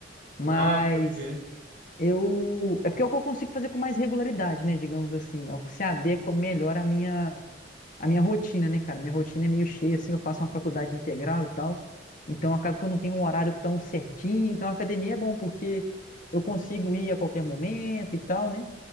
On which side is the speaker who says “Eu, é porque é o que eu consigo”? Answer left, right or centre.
Left